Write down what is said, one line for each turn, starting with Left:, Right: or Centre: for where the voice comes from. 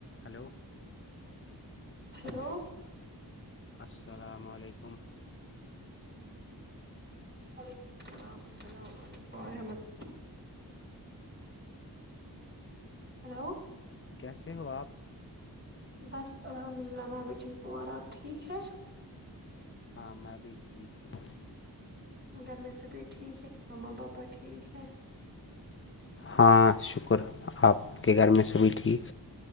Left: ہلو
Right: ہیلو
Left: السلام علیکم
Right: وعلیکم السلام السلام علیکم ورحمۃ اللہ ہلو
Left: کیسے ہو آپ
Right: بس الحمد اللہ میں بھی ٹھیک ہوں اور آپ ٹھیک ہے
Left: ہاں میں بھی ٹھیک ہوں
Right: گھر میں سبھی ٹھیک ہے ماما پاپا ٹھیک ہے
Left: ہاں شکر آپ کے گھر میں سبھی ٹھیک